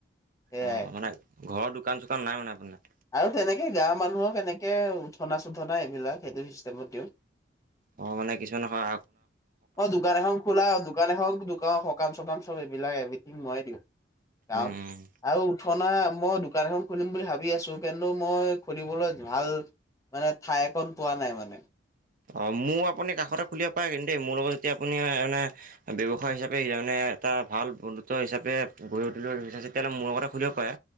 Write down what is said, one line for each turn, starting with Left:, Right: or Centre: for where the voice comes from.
Left: সেয়াই।
Right: অ', মানে ঘৰৰ দোকান চোকান নাই মানে আপোনাৰ।
Left: আৰু তেনেকে গাঁৱৰ মানুহক এনেকৈ উঠনা চুঠনা এইবিলাক সেইটো চিষ্টেমত দিওঁ।
Right: অ', মানে কিছুমান হয়
Left: অ', দোকান এখন খোলা দোকান এখনোকান সকাম চকাম চব এইবিলাক এভথিং মই দিওঁ। <unintelligible>
Right: উম উম
Left: আৰু, ঠনা মই দোকান এখন খুলিম বুলি ভাবি আছো। কিন্তু মই খুলিবলৈ ভাল মানে ঠাইকণ পোৱা নাই মানে।
Right: অ' মোৰ আপুনি কাষতে খুলিব পাৰে, কিন্তু দেই মোৰ লগত যেতিয়া আপুনি এ মানে ব্যৱসায় হিচাপে মানে এটা ভাল বন্ধুত্ব হিচাপে গঢ়ি উঠিব বিচাৰিছে, তেতিয়াহ'লে মোৰ লগতে খুলিব পাৰে